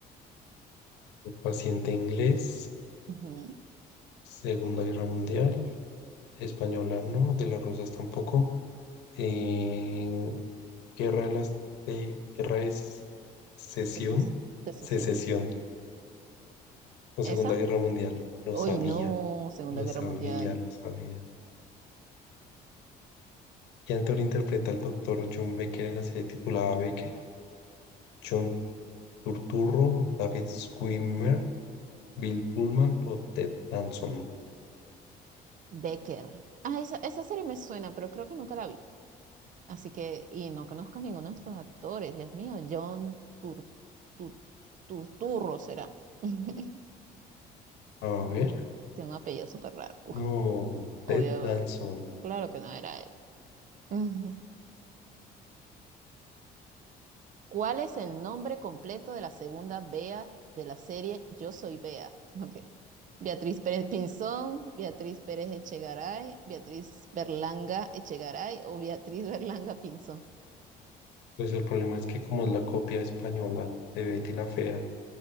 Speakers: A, on the left (about 80°); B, on the right (about 50°).
A: paciente inglés,
B: Ujú,
A: Segunda Guerra Mundial, española no, de las rosas tampoco, eh, Guerra de las de Guerra de Ses- Sesión,
B: seces- Secesión.
A: Secesión o
B: ¿Esa?
A: Segunda Guerra Mundial. Lo
B: Uy,
A: sabía,
B: no, Segunda
A: lo
B: Guerra
A: sabía,
B: Mundial.
A: lo sabía. ¿Qué actor interpreta al doctor John Becker en la serie titulada Becker? John Turturro, David Schwimmer, Bill Pullman o Ted Danson.
B: Becker. Ah, esa, esa serie me suena, pero creo que nunca la vi. Así que, y no conozco ninguno de estos actores, Dios mío, John Tur- Tu- Turturro será. <laughs>
A: A ver,
B: Tiene un apellido súper raro. Uf,
A: no,
B: obvio,
A: Ted Danson.
B: claro que no era él. <laughs> Ujú. ¿Cuál es el nombre completo de la segunda Bea de la serie Yo Soy Bea? <laughs> Ok. Beatriz Pérez Pinzón, Beatriz Pérez Echegaray, Beatriz Berlanga Echegaray o Beatriz Berlanga Pinzón.
A: Pues el problema es que como es la copia española de Betty la Fea,